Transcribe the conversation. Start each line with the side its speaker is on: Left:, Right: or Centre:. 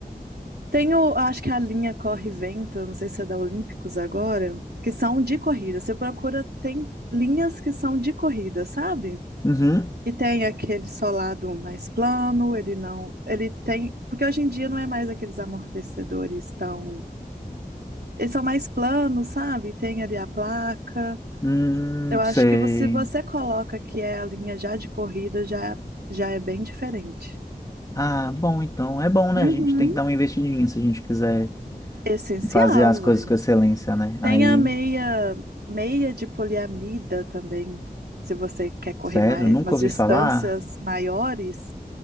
Right: Tem o, acho que a linha Corre e Vento, não sei se é da Olímpicos agora, que são de corrida. Você procura, tem linhas que são de corrida, sabe?
Left: Uhum,
Right: Que tem aquele solado mais plano, ele não. Ele tem. Porque hoje em dia não é mais aqueles amortecedores tão. Eles são mais planos, sabe? Tem ali a placa.
Left: hum,
Right: Eu acho
Left: sei.
Right: que você, se você coloca que é a linha já de corrida, já, já é bem diferente.
Left: Ah, bom, então é bom, né?
Right: Uhum.
Left: A gente tem que dar uma investidinha se a gente quiser
Right: Essencial,
Left: fazer as coisas
Right: velho.
Left: com excelência, né?
Right: Tem
Left: Aí,
Right: a meia, meia de poliamida também, se você quer correr
Left: sério,
Right: mais,
Left: nunca
Right: umas
Left: ouvi
Right: distâncias
Left: falar?
Right: maiores,